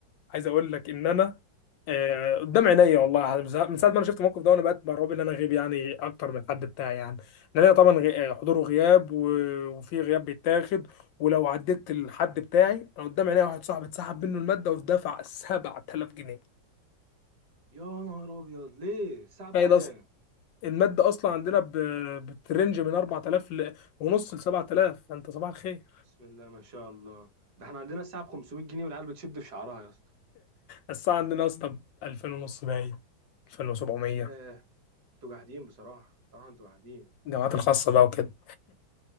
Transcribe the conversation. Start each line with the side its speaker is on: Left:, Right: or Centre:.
Left: عايز اقول لك ان انا آه، قدام عينيا والله من ساعة من ساعة ما انا شفت الموقف ده وانا بقيت مرعوب ان انا غيب يعني اكتر من الحد بتاعي يعني لان أنا طبعا غي- آه، حضور وغياب و- وفي غياب بيتاخد ولو عديت الحد بتاعي انا قدام عينيا واحد صاحبي اتسحب منه المادة ودفع 7000 جنيه
Right: يا نهار ابيض ليه الساعه
Left: تخيل
Right: بكام
Left: اصلا المادة اصلا عندنا ب- بترنج من 4000 ل- ونص ل 7000 فانت صباح الخير
Right: بسم الله ما شاء الله ده احنا عندنا الساعه ب 500 جنيه والعيال بتشد في شعرها يا اسطى
Left: الساعة عندنا يا اسطى ب 2000 ونص باين 2700
Right: ياه انتوا جاحدين بصراحة بصراحة انتوا جاحدين
Left: الجامعات الخاصة بقى وكده